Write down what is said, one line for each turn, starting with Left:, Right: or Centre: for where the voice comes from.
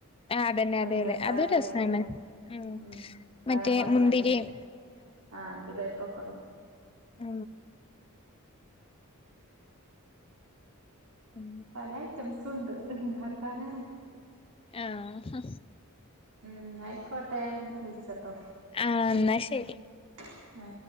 Left: ആഹ് അതന്നെ
Right: പഞ്ചസാരിയല്ലേ
Left: അതെ അതെ അതൊരു രസാണ് ഉം
Right: ഉ പഴം
Left: മറ്റേ
Right: വാട്ടിയാണ്ട
Left: മുന്തിരിയും
Right: ആഹ ആണ്ടി പെർപ്പക്കടും
Left: ആ ഉം
Right: പല ഐറ്റംസുണ്ട് ഇണ്ടാക്കാനാണ്
Left: ആഹ്
Right: ഉം ആയിക്കോട്ടെ വിളിച്ചട്ടോ
Left: ആ എന്നാ ശരി
Right: <unintelligible> ഹാ